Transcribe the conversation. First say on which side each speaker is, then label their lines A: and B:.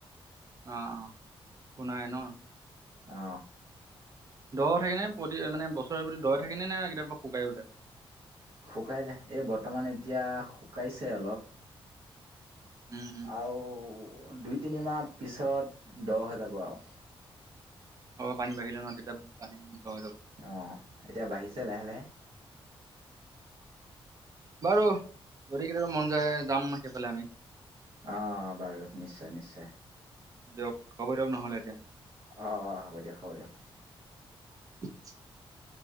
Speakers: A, on the right; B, on the right.
A: অ অ শুনাই ন।
B: অ
A: দ থাকে নে প্ৰতি মানে বছৰে প্ৰতি দ থাকেনে নে কেতিয়াবা শুকাইও যায়।
B: শুকাই যায় এই বৰ্তমান এতিয়া শুকাইছে অলপ,
A: উম, উম।
B: আৰু দুই তিনিমাহ পিছত দহ হৈ যাব আৰু
A: অ পানী বাঢ়িলে ন তেতিয়া পানী, দ হৈ যাব।
B: অ এতিয়া বাঢ়িছে লাহে লাহে।
A: বাৰু যদি কেতিয়াবা মন যায় যাম সেইফালে আমি,
B: অ বাৰু নিশ্চয় নিশ্চয়,
A: দিয়ক খবৰ দিয়ক নহলে এতিয়া
B: অ অ হ'ব দিয়ক হ'ব দিয়ক।
A: <unintelligible>